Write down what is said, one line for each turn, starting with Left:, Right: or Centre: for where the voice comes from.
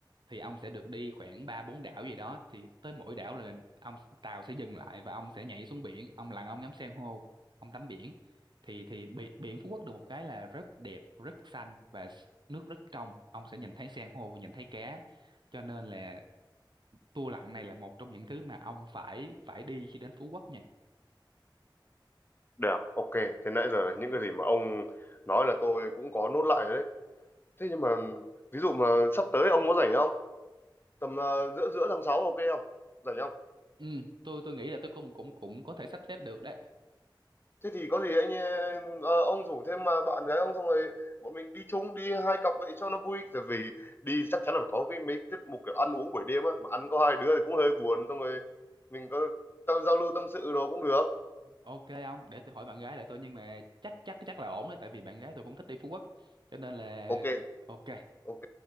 Right: thì ông sẽ được đi khoảng ba bốn đảo gì đó thì tới mỗi đảo là ông tàu sẽ dừng lại và ông sẽ nhảy xuống biển ông lặn ông ngắm san hô ông tắm biển thì thì bi- biển Phú Quốc được một cái là rất đẹp rất xanh và s- nước rất trong ông sẽ nhìn thấy san hô và nhìn thấy cá cho nên là tour lặn này là một trong những thứ mà ông phải phải đi khi đến Phú Quốc nha
Left: Được, ok. Thế nãy giờ
Right: Ừ.
Left: là những cái gì mà ông nói là tôi cũng có nốt lại rồi đấy. Thế nhưng mà ví dụ mà sắp tới ông có rảnh không? Tầm ờ, giữa giữa tháng 6 ok không? Rảnh không?
Right: ừ tôi tôi nghĩ là tôi cũng cũng cũng có thể sắp xếp được đấy
Left: thế thì có gì anh ờ, ờ, ông rủ thêm mà bạn gái ông xong rồi bọn mình đi chung đi hai cặp vậy cho nó vui tại vì đi chắc chắn là có cái mấy tiết mục kiểu ăn uống buổi đêm á mà ăn có hai đứa thì cũng hơi buồn xong rồi mình có tao giao lưu tâm sự đồ cũng được
Right: ok ông để tôi hỏi bạn gái lại tôi nhưng mà chắc chắc chắc là ổn đấy tại vì bạn gái tôi cũng thích đi Phú Quốc cho nên là
Left: ok
Right: ok
Left: ok